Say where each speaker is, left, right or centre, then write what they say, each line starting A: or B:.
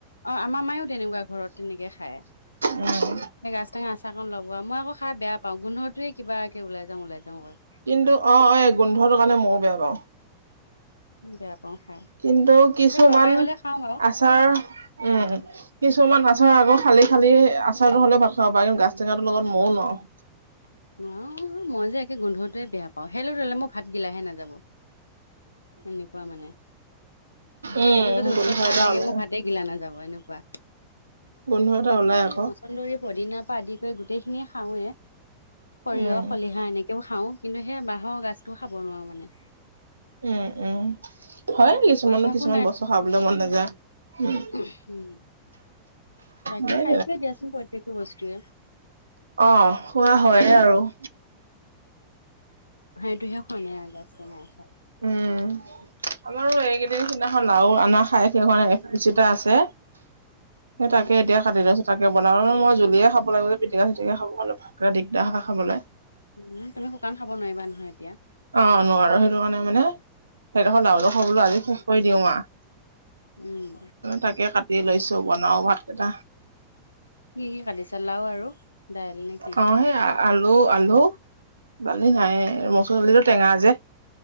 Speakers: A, on the left; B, on the right.
A: অঁ' আমাৰ মায়ো তেনেকুৱা ঘৰত তেনেকে খায়,
B: উম
A: সেই গাছ টেঙা আচাৰ অকন ল'ব আৰু মই আকৌ খাই বেয়া পাওঁ গোন্ধটোয়ে কিবাকে ওলাই যাওঁ ওলাই যাওঁ কৰে।
B: কিন্তু অঁ' এ গোন্ধটোৰ কাৰণে মইও বেয়া পাওঁ।
A: বেয়া পাওঁ খাই
B: কিন্তু কিছুমান
A: সেই তৰকাৰী হ'লে খাওঁ বাৰু
B: আচাৰ, উমঁ'। কিছুমান আচাৰ আকৌ খালি খালি আচাৰটো হ'লে ভাত খাব পাৰিম। গাছ টেঙাটো লগত মইও নোৱাৰোঁ।
A: নোৱাৰো নহয়, মই যে একে গোন্ধটোৱে বেয়া পাওঁ, সেই <unintelligible> মই ভাত গিলাহে নাযাব। এনেকুৱা মানে
B: উম
A: সেইটো যদি ওচৰত
B: গোন্ধ
A: খাই
B: এটা
A: থাকে
B: ওলাই।
A: মোৰ ভাতে গিলা নাযাব এনেকুৱা।
B: গোন্ধ এটা
A: বাকী
B: ওলাই
A: ম
B: আকৌ
A: মছন্দৈ, পদিনা পৰা আদি কৰি গোটেইখিনিয়ে খাওঁৱে। সৰিয়হ
B: উম
A: খলিহা এনেকে খাওঁ কিন্তু সেই বাঁহৰ গাজটোও খাব নোৱাৰো মানে।
B: উমঁ' উমঁ' হয় কিছুমানো
A: অভ্যাসো
B: কিছুমান বস্তু খাবলৈ মন নাযায়। উম
A: উমঁ। বাকী
B: সেই
A: খাইছোৱে দিয়াচোন প্ৰত্যেকটো বস্তুৱে।
B: অঁ' খোৱা হয় আৰু।
A: সেইটোহে খোৱা নাই আৰু গাছ টেঙা আচাৰ।
B: উমঁ। আমাৰো এইকেইদিন সিদিনাখন লাও অনা খাই শেষ হোৱা নাই এক চিতা আছে। সেই
A: উম
B: তাকে এতিয়া কাটি লৈছোঁ। তাকে, বনালোঁ ন' মই জুলিয়ে খাব লাগিব যে পিটিকা চিটিকা খাব ভাগৰা দিগদাৰ খাব লে।
A: উমঁ' তুমি শুকান খাব নোৱাৰিবা নহয় এতিয়া।
B: অঁ' নোৱাৰোঁ, সেইটো কাৰণে মানে সেইডোখৰ লাও ডোখৰ বোলো আজি শেষ কৰি দিও আৰু।
A: উমঁ।
B: তাকে কাটি লৈছো বনাও ভাত কেইটা
A: কি কি কাতিচা লাও আৰু দাইল নে কি
B: অ সেই আলু আলু দালি নাই মচুৰ দালিটো টেঙা যে